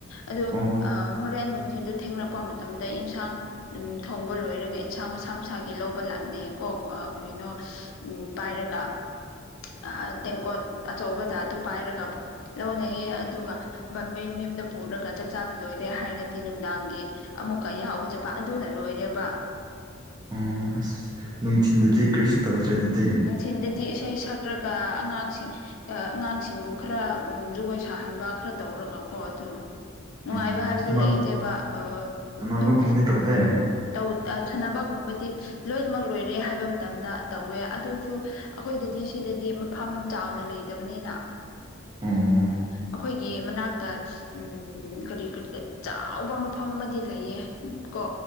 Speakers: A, on the left; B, on the right.
A: ꯑꯗꯣ
B: ꯑꯣ
A: ꯑꯥ ꯍꯣꯔꯦꯟ ꯅꯨꯡꯊꯤꯟꯁꯨ ꯊꯦꯡꯔꯛꯄ ꯃꯇꯝꯗ ꯏꯟꯁꯥꯡ ꯎꯝ ꯊꯣꯡꯕ ꯂꯣꯏꯔꯒ ꯏꯟꯁꯥꯡ ꯃꯁꯥ ꯃꯁꯥꯒꯤ ꯂꯧꯕ ꯂꯥꯛꯅꯩꯌꯦ ꯀꯣ ꯀꯔꯤꯅꯣ ꯎꯝ ꯄꯥꯏꯔꯒ ꯑꯥ ꯇꯦꯡꯀꯣꯠ ꯑꯆꯧꯕ ꯖꯥꯠꯇꯨ ꯄꯥꯏꯔꯒ ꯂꯧꯅꯩꯌꯦ ꯑꯗꯨꯒ ꯃꯌꯨꯝ ꯃꯌꯨꯝꯗ ꯄꯨꯔꯒ ꯆꯞ ꯆꯥꯕ ꯂꯣꯏꯔꯦ ꯍꯥꯏꯔꯗꯤ ꯅꯨꯡꯗꯥꯡꯒꯤ ꯑꯃꯨꯛꯀ ꯌꯥꯎꯕ ꯆꯠꯄ ꯑꯗꯨꯅ ꯂꯣꯏꯔꯦꯕ
B: ꯑꯣ ꯑꯁ ꯅꯨꯡꯊꯤꯟꯗꯗꯤ ꯀꯔꯤꯁꯨ ꯇꯧꯗ꯭ꯔꯦ ꯑꯗꯨꯗꯤ
A: ꯅꯨꯡꯊꯤꯟꯗꯗꯤ ꯏꯁꯩ ꯁꯛꯂꯒ ꯑꯉꯥꯡꯁꯤꯡ ꯑꯥ ꯑꯉꯥꯡꯁꯤꯡꯕꯨ ꯈꯔ ꯎꯝ ꯖꯒꯣꯏ ꯁꯥꯍꯟꯕ ꯈꯔ ꯇꯧꯔꯒꯀꯣ ꯑꯗꯨ ꯅꯨꯡꯉꯥꯏꯕ
B: ꯎꯝ
A: ꯍꯥꯏꯕꯗꯨ
B: ꯁꯥꯟꯅꯕ
A: ꯂꯩꯇꯦꯕ ꯑ ꯑꯗꯨꯝ
B: ꯁꯥꯟꯅꯕꯒꯨꯝꯗꯤ ꯇꯧꯗꯦ ꯑꯣ
A: ꯇꯧ ꯑꯥ ꯁꯥꯟꯅꯕꯒꯨꯝꯕꯗꯤ ꯂꯣꯏꯅꯃꯛ ꯂꯣꯏꯔꯦ ꯍꯥꯏꯕ ꯃꯇꯝꯗ ꯇꯧꯋꯦ ꯑꯗꯨꯁꯨ ꯑꯈꯣꯏꯗꯗꯤ ꯁꯤꯗꯗꯤ ꯃꯐꯝ ꯆꯥꯎꯅ ꯂꯩꯇꯕꯅꯤꯅ
B: ꯎꯝ
A: ꯑꯩꯈꯣꯏꯒꯤ ꯃꯅꯥꯛꯇ ꯎꯝ ꯀꯔꯤ ꯀꯔꯤ ꯑꯆꯥꯎꯕ ꯃꯐꯝ ꯑꯃꯗꯤ ꯂꯩꯌꯦ ꯀꯣ